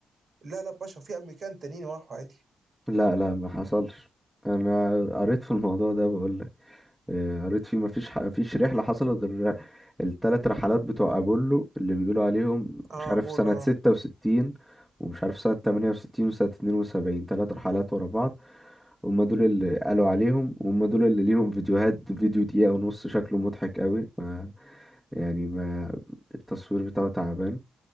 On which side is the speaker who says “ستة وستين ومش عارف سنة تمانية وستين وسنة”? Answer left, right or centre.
Centre